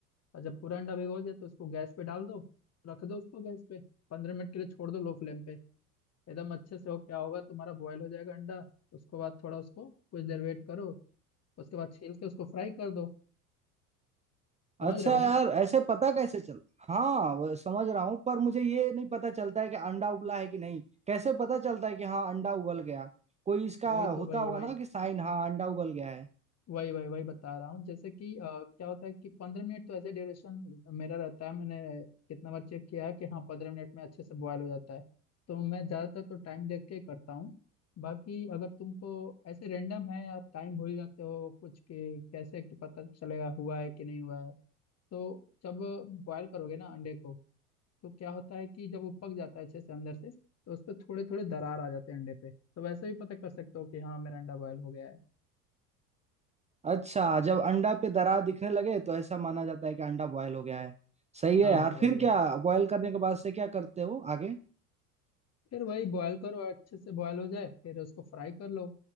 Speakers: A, on the left (about 35°); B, on the right (about 15°).
A: और जब पूरा अंडा भिगो जाए तो उसको गैस पे डाल दो रख दो उसको गैस पे पंद्रह मिनट के लिए छोड़ दो लो फ्लेम पे एकदम अच्छे से हो क्या होगा तुम्हारा बॉयल हो जाएगा अंडा उसके बाद थोड़ा उसको कुछ देर वेट करो उसके बाद छील के उसको फ्राई कर दो समझ
B: अच्छा
A: रहे
B: यार
A: हो
B: ऐसे पता कैसे चल हाँ वो समझ रहा हूँ पर मुझे ये नहीं पता चलता है कि अंडा उबला है कि नहीं कैसे पता चलता है कि हाँ अंडा उबल गया कोई इसका
A: वही
B: होता
A: तो वही
B: होगा
A: वही
B: ना कि साइन हाँ अंडा उबल गया है
A: वही वही वही बता रहा हूँ जैसे कि अ, क्या होता है कि पंद्रह मिनट तो ऐसे ड्यूरेशन मेरा रहता है मैंने कितना बार चेक किया है कि हाँ पंद्रह मिनट में अच्छे से बॉयल हो जाता है तो मैं ज़्यादातर तो टाइम देख के ही करता हूँ बाकी अगर तुमको ऐसे रेंडम है आप टाइम भूल जाते हो कुछ के कैसे कि पता चलेगा हुआ है कि नहीं हुआ है तो जब बॉयल करोगे ना अंडे को तो क्या होता है कि जब वो पक जाता है अच्छे से अंदर से तो उस पर थोड़े थोड़े दरार आ जाते हैं अंडे पे तो वैसे भी पता कर सकते हो कि हाँ मेरा अंडा बॉयल हो गया है
B: अच्छा जब अंडा पे दरार दिखने लगे तो ऐसा माना जाता है कि अंडा बॉयल हो गया है सही है
A: हाँ
B: यार
A: हाँ वही
B: फिर
A: वही
B: क्या बॉयल करने के बाद से क्या करते हो आगे
A: फिर वही बॉयल करो अच्छे से बॉयल हो जाए फिर उसको फ्राई कर लो